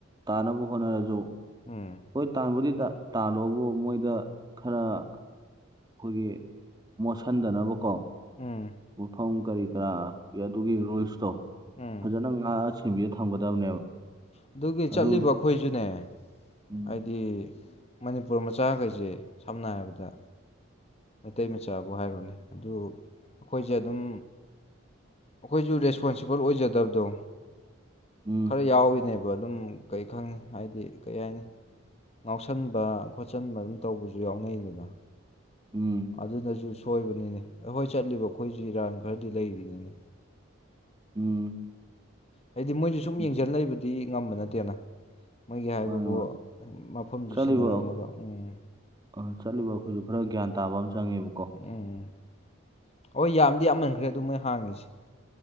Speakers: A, on the right; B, on the left.
A: ꯇꯥꯅꯕ ꯍꯣꯠꯅꯔꯁꯨ
B: ꯎꯝ
A: ꯍꯣꯏ ꯇꯥꯥꯟꯕꯨꯗꯤ ꯇꯥꯜꯂꯣꯕꯨ ꯃꯣꯏꯗ ꯈꯔ ꯑꯩꯈꯣꯏꯒꯤ ꯃꯣꯠꯁꯤꯟꯗꯅꯕꯀꯣ
B: ꯎꯝ
A: ꯋꯥ ꯐꯪ ꯀꯔꯤ ꯑꯗꯨꯒꯤ ꯔꯨꯜꯁꯇꯣ
B: ꯎꯝ
A: ꯐꯖꯅꯪ ꯉ ꯊꯕꯤꯗ ꯊꯝꯒꯗꯕꯅꯦꯕ
B: ꯑꯗꯨꯒꯤ
A: ꯑꯗꯨ
B: ꯆꯠꯂꯤꯕ ꯑꯩꯈꯣꯏꯁꯨꯅꯦ
A: ꯎꯝ
B: ꯍꯥꯏꯗꯤ ꯃꯅꯤꯄꯨꯔ ꯃꯆꯥꯈꯩꯁꯦ ꯁꯝꯅ ꯍꯥꯏꯔꯕꯗ ꯃꯩꯇꯩ ꯃꯆꯥꯕꯨ ꯍꯥꯏꯔꯣꯅꯦ ꯑꯗꯨ ꯑꯩꯈꯣꯏꯁꯦ ꯑꯗꯨꯝ ꯑꯩꯈꯣꯏꯁꯨ ꯔꯦꯁꯄꯣꯟꯁꯤꯕꯜ ꯑꯣꯏꯖꯗꯕꯗꯣ
A: ꯎꯝ
B: ꯈꯔ ꯌꯥꯎꯔꯤꯅꯦꯕ ꯑ ꯑꯗꯨꯝ ꯀꯩ ꯈꯪꯅꯤ ꯍꯥꯏꯗꯤ ꯀꯩ ꯍꯥꯏꯅꯤ ꯉꯥꯎꯁꯟꯕ ꯈꯣꯠꯆꯟꯕ ꯑꯗꯨꯝ ꯇꯧꯕꯁꯨ ꯌꯥꯎꯅꯩꯗꯅ
A: ꯎꯝ
B: ꯑꯗꯨ ꯅꯁꯨ ꯁꯣꯏꯕꯅꯤꯅꯦ ꯑꯩꯈꯣꯏ ꯆꯠꯂꯤꯕ ꯑꯩꯈꯣꯏꯁꯤ ꯏꯔꯥꯟ ꯈꯔꯗꯤ ꯂꯩꯔꯤꯅꯤꯅꯦ
A: ꯎꯝ
B: ꯍꯥꯏꯗꯤ ꯃꯣꯏꯁꯨ ꯁꯨꯝ
A: ꯎꯝ
B: ꯌꯦꯡꯁꯤꯜꯂꯛꯏꯕ ꯗꯤ ꯉꯝꯕ ꯅꯠꯇꯦꯅ ꯃꯣꯏꯒꯤ ꯍꯥꯏꯕꯕꯨ
A: ꯃꯥꯅꯦ ꯃꯥꯅꯦ
B: ꯃꯐꯝꯗꯨ
A: ꯆꯠꯂꯤꯕ
B: ꯁꯤꯟꯅꯔꯝꯃꯒ ꯎꯝ
A: ꯑ, ꯆꯠꯂꯤꯕ ꯑꯩꯈꯣꯏꯁꯨ ꯈꯔ ꯒ꯭ꯌꯥꯟ ꯇꯥꯕ ꯑꯃ ꯆꯪꯉꯦꯕꯀꯣ
B: ꯎꯝ ꯍꯣꯏ ꯌꯥꯝꯗꯤ ꯌꯥꯝꯃꯟꯈ꯭ꯔꯦ ꯑꯗꯨ ꯃꯣꯏ ꯍꯥꯡꯉꯁꯤ